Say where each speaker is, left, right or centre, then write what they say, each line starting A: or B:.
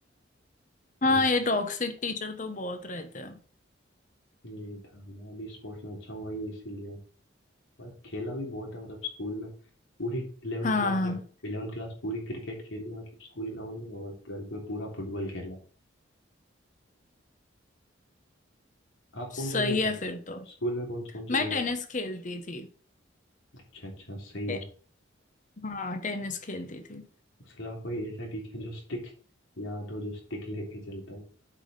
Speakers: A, on the left; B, on the left.
A: तो
B: हाँ
A: इसीलिए
B: ये टॉक्सिक टीचर तो बहुत रहते हैं
A: यही था मैं भी स्पोर्ट्स में अच्छा हूँ वही इसीलिए बस खेला भी बहुत है मतलब स्कूल में पूरी इलेवेंथ
B: हाँ
A: क्लास में इलेवेंथ क्लास पूरी क्रिकेट खेली है, मतलब स्कूल ग्राउंड में और ट्वेल्थ में पूरा फुटबॉल खेला आप कौन
B: सही
A: सा गेम खेले
B: है फिर तो
A: स्कूल में कौन कौन से
B: मैं
A: गेम
B: टेनिस
A: खेले
B: खेलती थी
A: अच्छा अच्छा सही
B: टे-
A: है
B: हाँ टेनिस खेलती थी
A: उसके अलावा कोई ऐसा टीचर जो स्टिक याद हो जो स्टिक लेके चलता हो